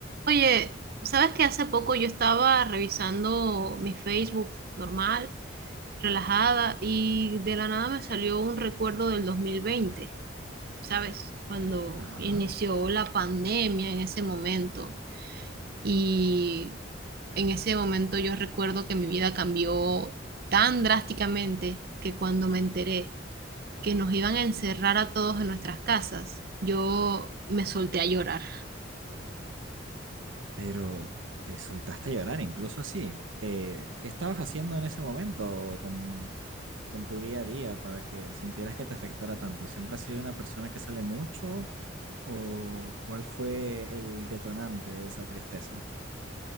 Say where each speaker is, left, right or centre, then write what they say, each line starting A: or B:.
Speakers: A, on the right; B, on the right.
A: Oye, ¿sabes que hace poco yo estaba revisando mi Facebook normal, relajada, y de la nada me salió un recuerdo del 2020, ¿sabes? Cuando
B: Ajá.
A: inició la pandemia en ese momento. Y en ese momento yo recuerdo que mi vida cambió tan drásticamente que cuando me enteré que nos iban a encerrar a todos en nuestras casas, yo me solté a llorar.
B: Pero te soltaste a llorar, incluso así. Eh, ¿qué estabas haciendo en ese momento con, con tu día a día para que sintieras que te afectara tanto? ¿Siempre has sido una persona que sale mucho? ¿O cuál fue el detonante de esa tristeza?